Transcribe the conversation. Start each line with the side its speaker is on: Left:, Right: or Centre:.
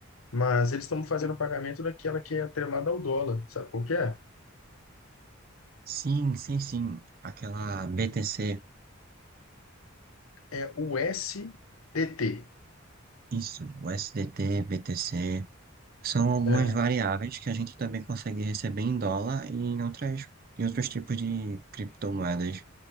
Left: Mas eles estão fazendo pagamento daquela que é atrelada ao dólar, sabe qual que é?
Right: sim, sim, sim. Aquela BTC,
Left: É o SDT.
Right: isso, o SDT, BTC, são algumas
Left: É.
Right: variáveis que a gente também consegue receber em dólar e em outras, em outros tipos de criptomoedas